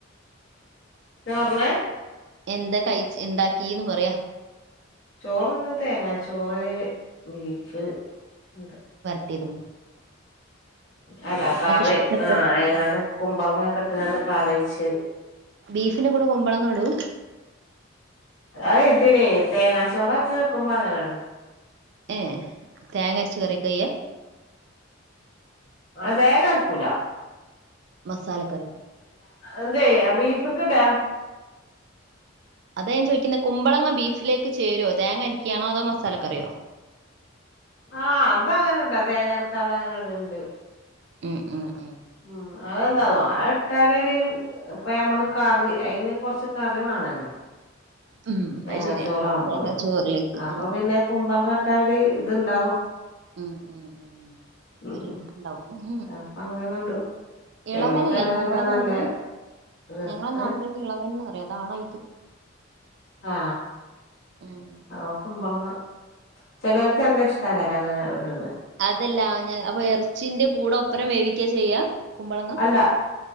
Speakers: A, on the left; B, on the right.
A: ചോർന്
B: എന്താ കൈയ്ച്ച് ണ്ടാക്കിന്ന് പറയാ
A: ചോറ് ന്ന് തേങ്ങാ ചോറ് ബീഫ് ണ്ട്
B: ട്ട്യേതും
A: അല്ല കറി
B: ഇഷ്ടപ്പെട്ട
A: ആ ആയങ്ങാണ്ട് കുമ്പളങൊക്കെ ഇട്ട് ങ്ങാണ്ട് കറീച്ച്
B: ബീഫിന്റെ കൂടെ കുമ്പളങ്ങ ഇടും
A: അത് ഇതിനെ തേങ്ങാച്ചോറൊക്കെ വെക്കുമ്പ അങ്ങനിടും
B: ഏ തേങ്ങര്ച്ച് കറിക്കായ്യാ
A: ആ തേങ്ങരക്കൂല
B: മസാലക്കറി
A: അതേ അ ബീഫ്ക്ക്ടാ
B: അതാ ഞാൻ ചോയ്ക്ക്ന്നത് കുമ്പളങ്ങ ബീഫിലേക്ക് ചേരോ തേങ്ങ അരയ്ക്കാണോ അതോ മസാലക്കറിയോ
A: ആ അതങ്ങനടാ തേങ്ങരക്കാതെ അങ്ങനെട്ല്ണ്ട്
B: ഉം ഉം
A: ഉം അതെന്താന്നോ
B: ഉം
A: അയ്ട്ടാല് <unintelligible> ഇപ്പ അമ്മള് കറി അയ്ന് കൊർച്ച് കറി വാണല്ലോ
B: ഉം,
A: തേങ്ങാച്ചോറാവുമ്പള്
B: അത് ശരിയാ തേങ്ങാ ചോറിലേക്ക്
A: അപ്പൊ
B: ഉം
A: പിന്നെ കുമ്പളങ്ങ ട്ടാ ഒര്ത്ണ്ടാവും
B: ഉം ഉം ഉം
A: ഉം
B: ഒര് ലുക്ക്ണ്ടാവും.
A: അപ്പൊ അങ്ങനെടും ചെലോർക്ക്
B: ഇളവനല്ലേ
A: അങ്ങനെ
B: ഈ കുമ്പളങ്ങറിണെ
A: ഇട്ടാ നല്ല രസ
B: ഞങ്ങളെ നാട്ടിലൊക്കെ
A: ഏഹ്
B: ഇളവൻന്ന് പറിം അതാണോ ഇത്
A: ആ
B: ഉം
A: ആ കുമ്പളങ്ങ ചിലർക്ക് നല്ല ഇഷ്ട്ടില്ല അങ്ങനെ ഇടണെ
B: അതല്ലാ ഞാൻ അപ്പൊ ഇറച്ചിന്റെ കൂടെ ഒപ്പരം വേവിക്ക ചെയ്യാ കുമ്പളങ്ങ
A: അല്ല